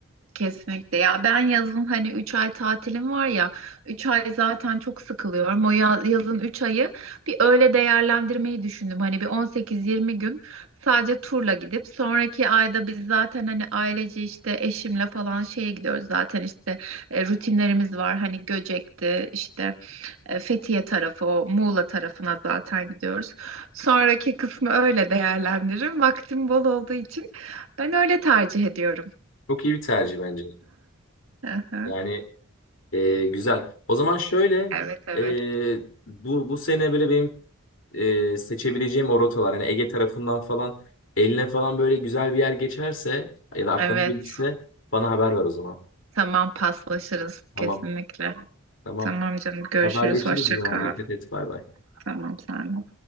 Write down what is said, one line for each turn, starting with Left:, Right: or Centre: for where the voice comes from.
Right: Kesinlikle. Ya ben yazın hani 3 ay tatilim var ya, 3 ay zaten çok sıkılıyorum. O ya- yazın 3 ayı bir öyle değerlendirmeyi düşündüm. Hani bir on sekiz yirmi gün sadece turla gidip sonraki ayda biz zaten hani ailece işte eşimle falan şeye gidiyoruz zaten işte e, rutinlerimiz var. Hani Göcek'ti işte E, Fethiye tarafı, o Muğla tarafına zaten gidiyoruz. Sonraki kısmı öyle değerlendiririm. Vaktim bol olduğu için ben öyle tercih ediyorum.
Left: Çok iyi bir tercih bence.
Right: Aha.
Left: Yani e, güzel. O zaman şöyle
Right: Evet, evet.
Left: e, bu bu sene böyle benim e, seçebileceğim o rotalar hani Ege tarafından falan eline falan böyle güzel bir yer geçerse ya da aklına
Right: Evet,
Left: gelirse bana haber ver o zaman.
Right: tamam paslaşırız
Left: Tamam.
Right: kesinlikle.
Left: Tamam.
Right: Tamam canım, görüşürüz.
Left: Haberleşiriz
Right: Hoşça
Left: o zaman.
Right: kal.
Left: Dikkat et. Bay bay.
Right: Tamam sen. de.